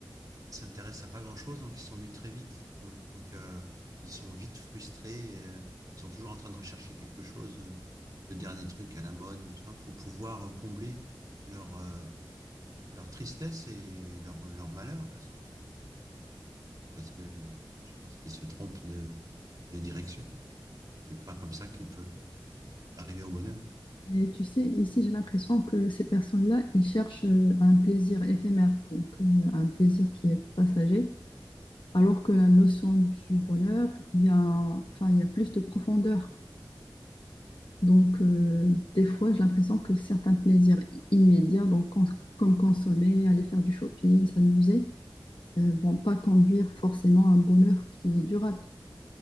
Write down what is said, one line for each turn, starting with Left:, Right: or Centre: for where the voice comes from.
Right: s'intéressent à pas grand-chose, donc ils s'ennuient très vite. Donc, donc, euh, ils sont vite frustrés. et, euh, ils sont toujours en train de rechercher quelque chose, euh, le dernier truc à la mode, machin, pour pouvoir euh, combler leur, euh, leur tristesse et leur, leur malheur, parce que, parce que je pense qu'ils se trompent de, de direction. C'est pas comme ça qu'ils peuvent euh, arriver au bonheur.
Left: Mais tu sais, ici, j'ai l'impression que ces personnes-là, ils cherchent euh, un plaisir éphémère, donc euh, un plaisir qui est passager, alors que la notion du bonheur, il y a, un- enfin, il y a plus de profondeur. Donc, euh, des fois, j'ai l'impression que certains plaisirs immédiats, donc cons- comme consommer, aller faire du shopping, s'amuser, ne vont pas conduire forcément à un bonheur qui est durable.